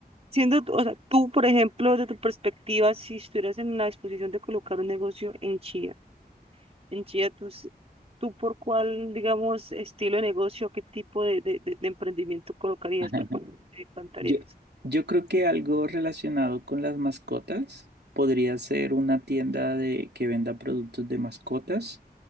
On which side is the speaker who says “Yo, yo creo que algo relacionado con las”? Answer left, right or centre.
Right